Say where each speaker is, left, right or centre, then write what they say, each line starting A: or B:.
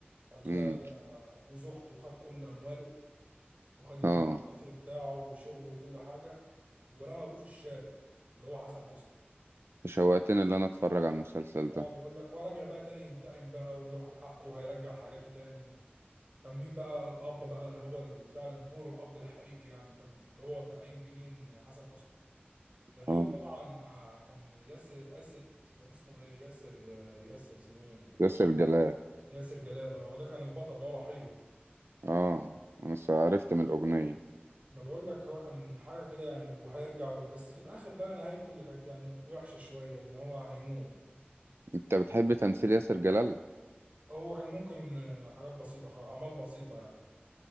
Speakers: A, on the right; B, on the right.
A: بعد كده
B: امم
A: جوز اخته خد كل امواله وخد القصر
B: اه
A: بتاعه وشغله وكل حاجه ورمى ابوه في الشارع اللي هو حسن حسني
B: شوقتني ان انا اتفرج على المسلسل
A: اه
B: ده
A: انا بقول لك هو راجع بقى تاني ينتقم بقى وياخد حقه وهيرجع حاجاته تاني كان مين بقى الاب بقى اللي هو ال- فعلا دور الاب الحقيقي يعني كان اللي هو كان قايم بيه مين حسن حسني ده غير
B: اه
A: طبعا آه، كان ياسر ياسر كان اسمه ايه ياسر آه، ياسر اسمه ايه
B: ياسر جلال
A: ياسر جلال اه هو ده كان البطل اللي هو رحيل
B: اه انا س- عرفت من الاغنيه
A: انا بقول لك هو كان حاجه كده يعني وهيرجع بس في الاخر بقى نهايته اللي كانت يعني وحشه شويه ان هو هيموت
B: انت بتحب تمثيل ياسر جلال
A: هو كان ممكن آه، حاجات بسيطه خالص اعمال بسيطه يعني